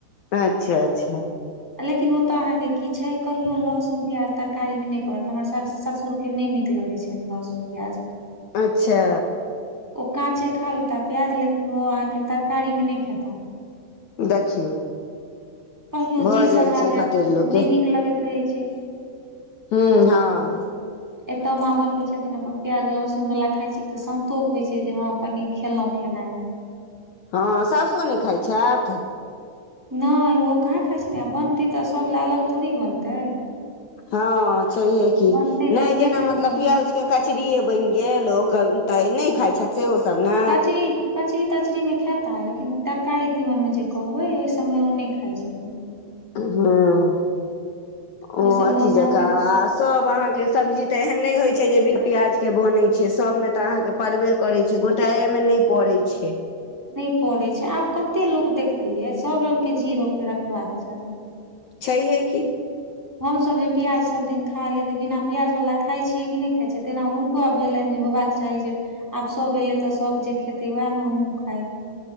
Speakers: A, on the left; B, in the centre.
A: अच्छा अच्छा
B: लेकिन ओत अहाँ के की छै कहियो लहसुन प्याज तरकारी मे नै पड़त हमर सर ससुर केेनै नीक लगै छनि लसु प्याज
A: अच्छा
B: ओ काँचे खा लेता प्याज लेकिन ओ अहाँके तरकारी मे नै खेता
A: देखियौ
B: कहियो
A: भऽ
B: जी
A: जाइ
B: सधा
A: छै
B: जायत
A: कतेक
B: नहि
A: लोकके
B: नीक लगैत रहै छै।
A: हूँ हँ
B: एतय माँ बनबै छथिन अपन प्याज लहसुन वाला खााय छी तऽ संतोष होइ छै जे हँ कनी खेलहुॅं खेनाइ
A: हँ सासो नहि खाइ छथि
B: नहि ओहो कहाँ खाइ छेथिन आ बनतै तऽ सभ लए अलग थोड़ी बनतै
A: हँ छैहे की
B: बनतै
A: नहि
B: तऽ एकेठाम
A: जेना मतलब
B: बनतै
A: पियाउजके कचरीेये बनि गेल ओ तऽ नहि खाय छथि से सब ने
B: कचरी कचरी तचरी मे खेता लेकिन तरकारी तीमन मे जे कहबै ओहि सभमे ओ ने खाइ छथि
A: ह
B: ओहि
A: ओ
B: सबमे
A: अथी जकाँरा
B: साफे
A: आ सब अहाँके सब्जी तऽ एहन नहि होइ छै जे ब प्याजके बनै छै सभमे तऽ अहाँके परड़बे करै छै गोटाएमे नहि पड़ै छै
B: नहि पड़े छै आब कते लोको देखते यै सब रंग के जी रोक के रखबाक चाही
A: छैहे की
B: हमसभ जे प्याज सभ दिन खा लियै तऽ बिना प्याजवला खाइ छियै कि नहि खाइत छियै तेना हुनको आब भेलनि जे चाही जे आब सब एले तऽ सब जे खेते वएह मे हमूँ खाइबे